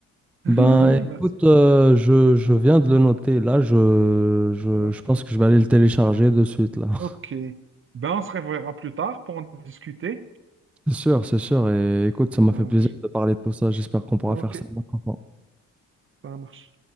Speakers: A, on the right (about 40°); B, in the centre.
A: <laughs>
B: Ben écoute, euh,
A: Merci.
B: je, je viens de le noter là, je, je,
A: Ça marche.
B: je pense que je vais aller le télécharger de suite là. <laughs>
A: Ok. Ben, on se reverra plus tard pour en discuter.
B: C'est sûr, c'est sûr, et écoute, ça m'a
A: ça
B: fait
A: marche
B: plaisir de parler de tout ça, j'espère qu'on pourra
A: ok,
B: faire ça. une autre fois.
A: ça marche.